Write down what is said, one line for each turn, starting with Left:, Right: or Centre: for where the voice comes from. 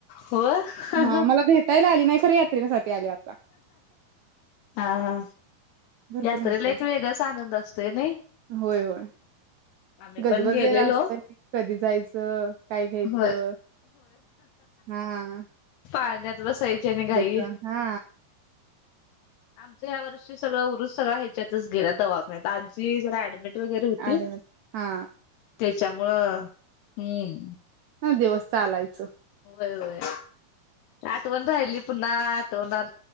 Left: हो
Right: हा मला भेटायला आली. नाही खर यात्रला ख आता.
Left: हा हा.
Right: भरपूर
Left: यात्रेला
Right: मोठे
Left: एक
Right: असत
Left: वेगळाच आनंद असतोय नाही
Right: होय होय
Left: आम्ही
Right: गजबजलेयला
Left: पण गेलेलो
Right: असतय कधी जायचं काय घ्यायचं
Left: होय
Right: हा.
Left: पाडण्यात बसायचे ने घाई
Right: जायचं हा
Left: आमचं ह्या वर्षी सगळं उरुस सगळळा ह्याच्यातच गेला सगळा दवाखान्यात आजी जरा ऍडमिट वगैरे होती
Right: आडे हा
Left: त्याच्यामुळं हम्म
Right: ह दिवस चालायचं
Left: होय होय आठवण राहिली पुन्हा आठवणार